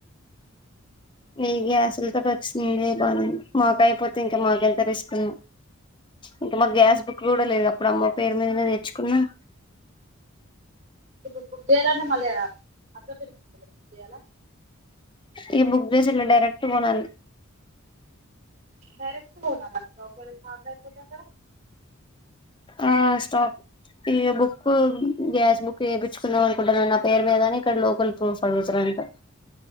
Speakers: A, on the left; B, on the right.
A: నీ గ్యాసులుతోటి వచ్చింది బాగుంది మాక అయిపోతే ఇంకా మాకంత రిస్కునో ఇంకా మా గ్యాస్ బుక్ కూడా లేదు అప్పుడు అమ్మ పేరు మీదనే తెచ్చుకున్నాం
B: ఇప్పుడు బుక్ చేయాలంటే అక్క పేరు మీదనే చేయాల
A: ఇక బుక్ చేసి ఇట్లా డైరెక్ట్ కొనాలి
B: డైరెక్ట్ కొనాల అక్కడ ఒకవేళ స్టాక్ అయిపోతే అక్కడ
A: ఆ స్టాక్ ఇక బుక్ గ్యాస్ బుక్ చేపిచ్చుకుందాం అనుకుంటున్నా నా పేరు మీదని ఇక్కడ లోకల్ ప్రూఫ్ అతురంట